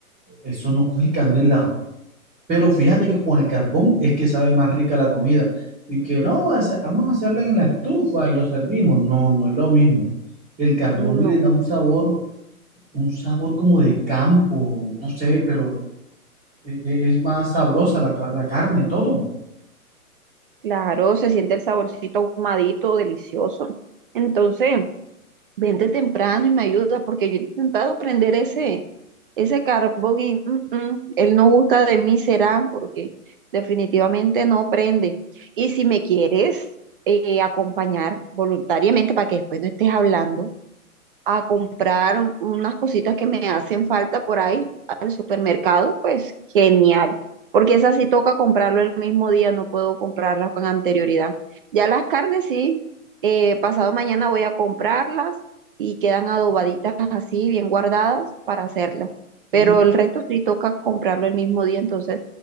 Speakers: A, on the right; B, on the right.
A: eso no coge candela. Pero fíjate que con el carbón es que sabe más rica la comida. Y que no, hace- vamos a hacerla en la estufa y lo servimos. No, no es lo mismo. El carbón
B: No,
A: le da un sabor, un sabor como de campo, no sé, pero e- e- es más sabrosa la, ca- la carne, todo.
B: claro, se siente el saborcito ahumadito, delicioso. Entonces, vente temprano y me ayudas, porque yo he intentado prender ese, Ese Carbogui, mm, mm, él no gusta de mí, será, porque definitivamente no prende. Y si me quieres eh, acompañar voluntariamente para que después no estés hablando a comprar unas cositas que me hacen falta por ahí al supermercado, pues genial, porque esas sí toca comprarlo el mismo día, no puedo comprarlas con anterioridad. Ya las carnes sí, eh, pasado mañana voy a comprarlas y quedan adobaditas así, bien guardadas para hacerlas, pero
A: Mm,
B: el resto sí toca comprarlo el mismo día, entonces...